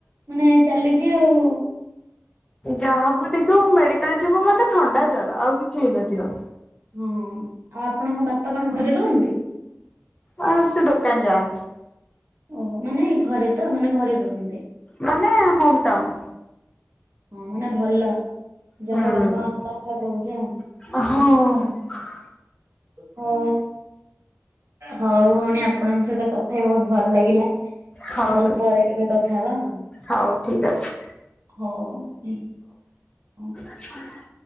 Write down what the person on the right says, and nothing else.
ମାନେ ଚାଲିଛି ଆଉ।
ହୁଁ ଆଉ ଆପଣଙ୍କ ବାପା କଣ ଘରେ ରୁହନ୍ତି?
ଓହୋ, ମାନେ ଘରେ ତ ମାନେ ଘରେ ରୁହନ୍ତି।
ହଁ ମାନେ ଭଲ, ଯାହା
ହଉ ବାପା ମା ପା ପାଖରେ ରହୁଛ ଆଉ।
ହଉ। ହଉ ଭଉଣୀ ଆପଣଙ୍କ ସହିତ କଥା ହେଇ ବହୁତ ଭଲ ଲାଗିଲା।
ଆ ତାହେଲେ ପରେ କେବେ କଥା ହବା ଆଉ।
ହଉ ହଉ ହୁଁ ହଉ।